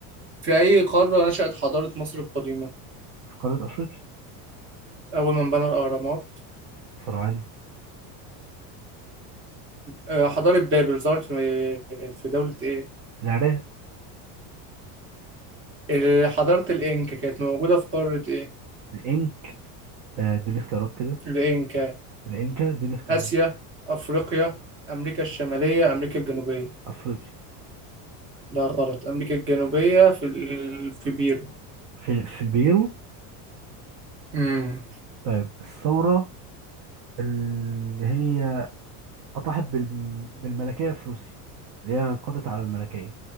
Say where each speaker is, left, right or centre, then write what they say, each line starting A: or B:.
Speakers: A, on the right; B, on the right.
A: في اي قاره نشأت حضاره مصر القديمه
B: في قارة أفريقيا
A: اول من بنى الاهرامات
B: فراعنة
A: آه حضاره بابل ظهرت في في دوله ايه
B: العراق
A: ال- حضاره الانكا كانت موجوده في قاره ايه
B: الإنك آه اديني اختيارات كده
A: الانكا
B: الإنكا اديني اختيارات
A: اسيا افريقيا امريكا الشماليه امريكا الجنوبيه
B: أفريقيا
A: ده غلط امريكا الجنوبيه في ال- في بيرو
B: في, في البيرو
A: امم
B: طيب الثورة اللي هي أطاحت بال- بالملكية في روسيا اللي هي قضت على الملكية